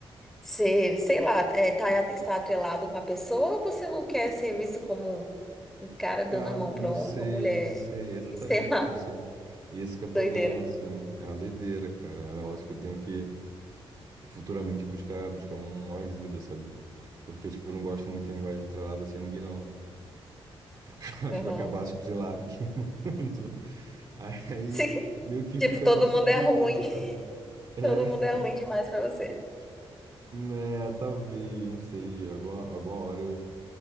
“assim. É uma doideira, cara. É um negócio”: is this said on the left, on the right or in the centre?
Right